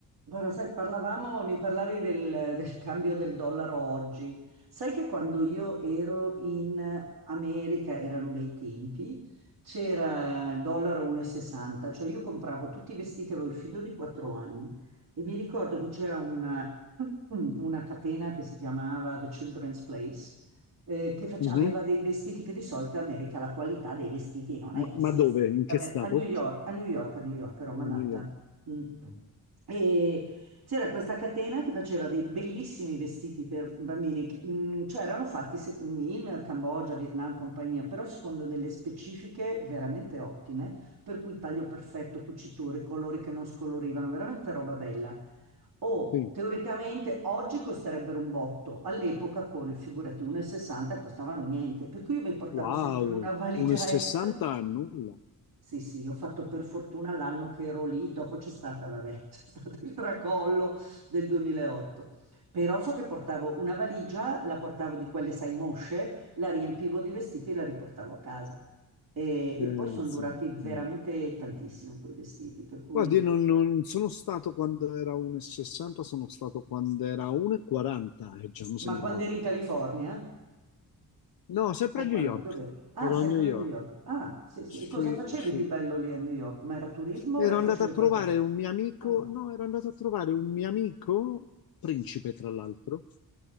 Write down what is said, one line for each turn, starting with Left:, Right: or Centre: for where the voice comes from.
Right: Guarda, sai, parlavamo, mi parlavi del, del cambio del dollaro oggi. Sai che quando io ero in America, erano bei tempi, c'era il dollaro 1,60, cioè io compravo tutti i vestiti, avevo il figlio di 4 anni e mi ricordo che c'era una, <clears throat> una catena che si chiamava The Children's Place eh, che face-
Left: Mhm.
Right: aveva dei vestiti che di solito in America la qualità dei vestiti non
Left: Ma
Right: è che
Left: ma
Right: sia
Left: dove?
Right: esattamente-
Left: In che stato?
Right: a New York, a New York, a New York, ero a Manhattan.
Left: A New York.
Right: Mm. E c'era questa catena che faceva dei bellissimi vestiti per bambini, che, mm, cioè erano fatti se- in Cambogia, Vietnam, compagnia, però secondo delle specifiche veramente ottime, per cui taglio perfetto, cuciture, colori che non scolorivano, veramente roba bella. O
Left: Sì.
Right: teoricamente oggi costerebbero un botto, all'epoca con, figurati, 1,60 costavano niente, per cui io mi portavo
Left: Wow,
Right: sempre
Left: 1,60
Right: una valigia extra.
Left: è nulla.
Right: Sì, sì, ho fatto per fortuna l'anno che ero lì, dopo c'è stata, vabbè, <laughs> c'è stato il tracollo del 2008. Però so che portavo una valigia, la portavo di quelle, sai, mosce, la riempivo di vestiti e la riportavo a casa. E,
Left: Pensa.
Right: e poi sono durati veramente
Left: Mm.
Right: tantissimo quei vestiti, per cui...
Left: Guardi, io non, non sono stato quando era 1,60, sono stato quando era 1,40 e quaranta e già mi sembrava.
Right: Ma quando
Left: poco.
Right: eri in California?
Left: No, sempre
Right: O
Left: a New
Right: quando,
Left: York.
Right: dove?
Left: Ero
Right: Ah,
Left: a
Right: sempre
Left: New York.
Right: a New York. Ah, sì, sì.
Left: Sì,
Right: E cosa facevi
Left: sì.
Right: di bello lì a New York? Ma era turismo
Left: Ero
Right: o facevi
Left: andato a trovare
Right: qualcosa?
Left: un mio amico,
Right: Ah.
Left: no, ero andato a trovare un mio amico, principe tra l'altro,